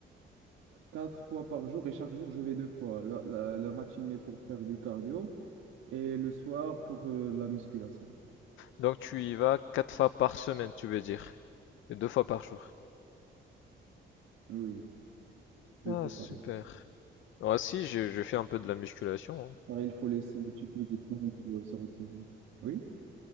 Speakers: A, on the right; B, on the left.
A: quatre fois par jour et chaque jour, je vais deux fois. La, la, la matinée pour faire du cardio. Et le soir pour euh, la musculation.
B: Donc tu y vas quatre fois par semaine, tu veux dire? Et deux fois par jour.
A: Oui, deux
B: Ah,
A: fois
B: super.
A: par jour.
B: Moi aussi, j'ai- je fais un peu de la musculation. hein.
A: Pareil, il faut laisser un petit peu de temps pour euh, se reposer. Oui,